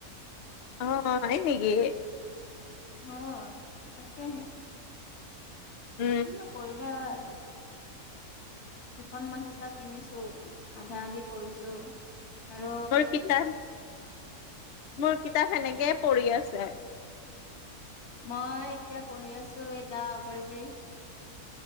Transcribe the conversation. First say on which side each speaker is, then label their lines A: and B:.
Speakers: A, on the left (about 65°); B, on the left (about 80°).
A: অ হয় নেকি।
B: অ তাকে হে।
A: উম ম।
B: কি কৰিবা আৰু। দুখনমান কিতাপ কিনিছো আধা আধি পঢ়িছো। আৰু
A: মোৰ কিতাপ মোৰ কিতাপ সেনেকেই পঢ়ি আছে।
B: মই এতিয়া পঢ়ি আছো এই দা অভাৰ ব্ৰিজ।